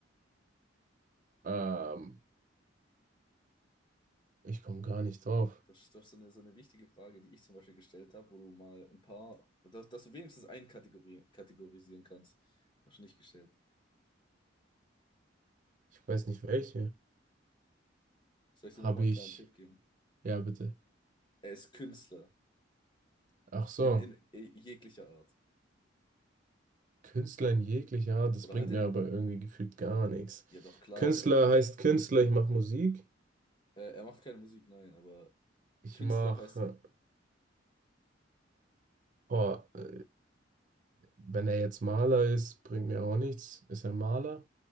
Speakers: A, on the right; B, on the left.
A: Ähm, ich komme gar nicht drauf.
B: Das ist, das ist so eine, so eine wichtige Frage, die ich zum Beispiel gestellt habe, wo du mal ein paar, dass, dass du wenigstens einen Kategori kategorisieren kannst. Hast du nicht gestellt.
A: Ich weiß nicht welche.
B: Soll ich
A: Habe
B: dir nochmal einen
A: ich.
B: kleinen Tipp geben?
A: Ja, bitte.
B: Er ist Künstler.
A: Ach so.
B: In, in jeglicher Art.
A: Künstler in jeglicher Art, das
B: Oder
A: bringt
B: halt in
A: mir aber irgendwie gefühlt gar nichts.
B: Ja, doch klar,
A: Künstler
B: du, könnt-
A: heißt Künstler, ich mache Musik.
B: äh, er macht keine Musik, nein, aber
A: Ich
B: Künstler
A: mache.
B: heißt
A: Boah, äh, wenn er jetzt Maler ist, bringt mir auch nichts. Ist er Maler?